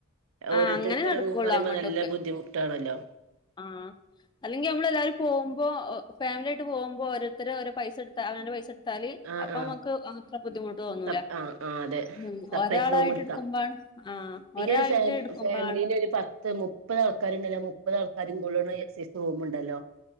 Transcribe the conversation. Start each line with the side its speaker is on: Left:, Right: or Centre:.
Left: ആഹ്
Right: ഓരോരുത്തർക്ക്
Left: അങ്ങനെ
Right: ഓരോ
Left: നടക്കുള്ളൂ
Right: റൂമ് പറയുമ്പോ
Left: അങ്ങോട്ടൊക്കെ
Right: നല്ല ബുദ്ധിമുട്ടാണല്ലോ
Left: ആഹ് അല്ലെങ്കി നമ്മള് എല്ലാരും പോകുമ്പോ ഫാമിലി ആയിട്ട് പോകുമ്പോ ഓരോരുത്തര് ഓരോ പൈസടുത്ത അവനൻ്റെ പൈസ ട്ത്താല്
Right: ആഹ്
Left: അപ്പമ്മക്ക്
Right: ആഹ്
Left: അത്ര ബുദ്ധിമുട്ട് തോന്നൂല
Right: സപ് ആഹ് ആഹ് അതെ
Left: ഉം
Right: സെപ്പറേറ്റ്
Left: ഒരാളായിട്ട്
Right: റൂം എടുക്കാം
Left: എടുക്കുമ്പാണ് ആഹ്
Right: പിന്നെ
Left: ഒരാളായിട്ട്
Right: ഒരു ഫാ
Left: എടുക്കുമ്പളാണ്
Right: ഫാമിലീന്റെ ഒരു പത്ത് മുപ് പ്പതൾക്കാരുണ്ടല്ലോ മുപ്പത് ആൾക്കാരും കൊള്ള്ണെ സൈസ് റൂമ്ണ്ടല്ലോ